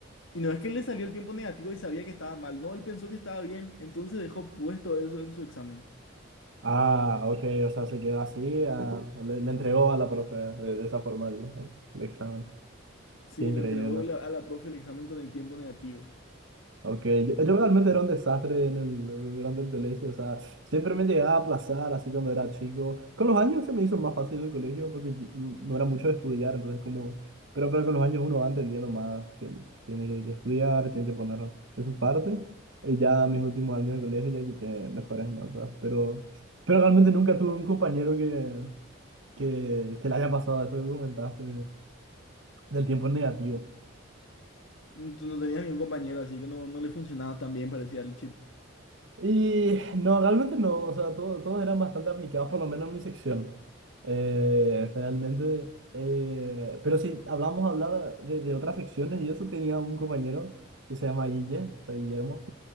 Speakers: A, on the left; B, on the right.
A: Y no es que le salió el tiempo negativo y sabía que estaba mal, no, él pensó que estaba bien, entonces dejó puesto eso en su examen.
B: Ah, ok, o sea, se quedó así. ah, le, le entregó a la profe de, de esa forma el, el examen.
A: Sí,
B: Qué increíble.
A: le entregó la- a la profe el examen con el tiempo negativo.
B: Ok, yo, yo realmente era un desastre en el, durante el colegio, o sea, siempre me llegaba a aplazar así cuando era chico. Con los años se me hizo más fácil el colegio porque y- no era mucho de estudiar, entonces como, pero, pero con los años uno va entendiendo más, que tiene que, que estudiar, tiene que poner de su parte, y ya mis últimos años de colegio ya quité mejores notas, pero, pero realmente nunca tuve un compañero que, que, que le haya pasado eso que comentaste, del tiempo negativo.
A: Entonces, no tenía ningún compañero, así que no, no le funcionaba tan bien, parecía el chip.
B: Y no, realmente no, o sea, todo- todos eran bastante aplicados, por lo menos en mi sección. Eh, realmente, eh, pero si hablamos hablar de, de otras secciones, y eso tenía un compañero que se llama Guille, o sea, Guillermo,